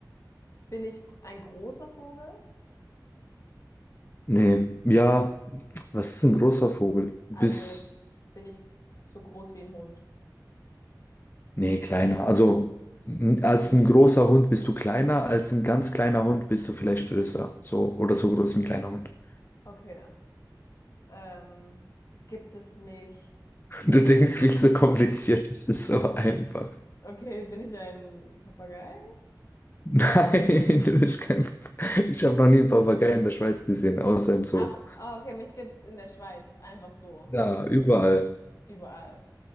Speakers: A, on the left (about 45°); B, on the left (about 30°).
A: bin ich ein großer Vogel?
B: Nee, ja, was ist ein großer Vogel? Bis
A: Also bin ich so groß wie ein Hund?
B: Nee, kleiner. Also n- als ein großer Hund bist du kleiner, als ein ganz kleiner Hund bist du vielleicht größer. So oder so groß wie ein kleiner Hund. <laughs>
A: Okay. Ähm, gibt es mich?
B: Du denkst viel zu kompliziert, das ist so einfach.
A: Okay, bin ich ein Papagei?
B: <laughs> Nein, du bist kein. Ich habe noch nie einen Papagei in der Schweiz gesehen, außer im Zoo.
A: Ach, ah, okay, mich gibt's in der Schweiz einfach so,
B: Ja, überall.
A: überall.